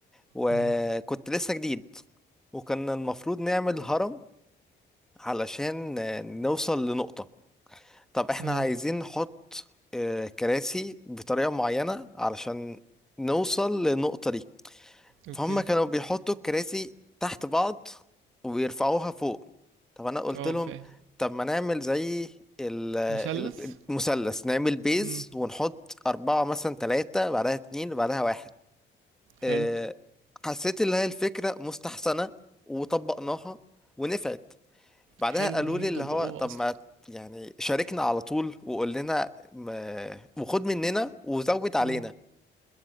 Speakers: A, in the centre; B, on the right (about 85°).
A: وكنت
B: مهم.
A: لسه جديد وكان المفروض نعمل هرم علشان آه، نوصل لنقطة طب احنا
B: اه
A: عايزين نحط آه، كراسي بطريقة معينة علشان نوصل للنقطة دي
B: اوكي
A: فهم كانوا بيحطوا الكراسي تحت بعض ويرفعوها فوق طب انا قلت
B: اه
A: لهم
B: فاهم
A: طب ما نعمل زي ال-
B: مثلث
A: ال- المثلث نعمل بيز
B: امم
A: ونحط أربعة مثلا تلاتة بعدها اتنين بعدها واحد آه،
B: حلو
A: حسيت اللي هي الفكرة مستحسنة وطبقناها ونفعت بعدها
B: حلو
A: قالوا
B: ان هم
A: لي اللي
B: طبقوها
A: هو طب
B: اصلا
A: ما يعني شاركنا على طول وقول لنا ما- وخد مننا وزود علينا
B: امم